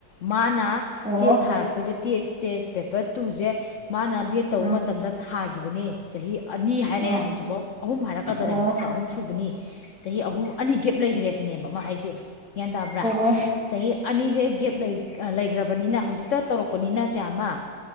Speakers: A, on the left; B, in the centre.
A: ꯃꯥꯅ
B: ꯑꯣ
A: ꯇꯦꯠ ꯊꯥꯔꯛꯄꯁꯦ ꯇꯦꯠꯁꯦ ꯄꯦꯄꯔ ꯇꯨꯁꯦ ꯃꯥꯅ ꯕꯦꯠ
B: ꯑ
A: ꯇꯧꯕ ꯃꯇꯝꯗ ꯊꯥꯈꯤꯕꯅꯦ ꯆꯍꯤ ꯑꯅꯤ
B: ꯑ
A: ꯍꯥꯏꯔꯛꯑꯦ ꯍꯧꯖꯤꯛꯐꯥꯎ ꯑꯍꯨꯝ ꯍꯥꯏꯔꯛꯀꯗꯧꯔꯦ
B: ꯑꯣ
A: ꯍꯟꯗꯛꯀ
B: ꯑ ꯑꯣ
A: ꯑꯍꯨꯝ ꯁꯨꯕꯅꯤ ꯆꯍꯤ ꯑꯍꯨꯝ ꯑꯅꯤ ꯒꯦꯞ ꯂꯩꯈ꯭ꯔꯦ ꯁꯤꯅꯦꯕ ꯃꯥ ꯍꯥꯏꯁꯦ ꯒ꯭ꯌꯥꯟ ꯇꯥꯕ꯭ꯔꯥ
B: ꯑ
A: ꯆꯍꯤ ꯑꯅꯤꯁꯦ ꯒꯦꯞ ꯂꯩꯈ꯭ꯔꯕꯅꯤꯅ ꯍꯧꯖꯤꯛꯇ ꯇꯧꯔꯛꯄꯅꯤꯅ ꯆꯥꯝꯃ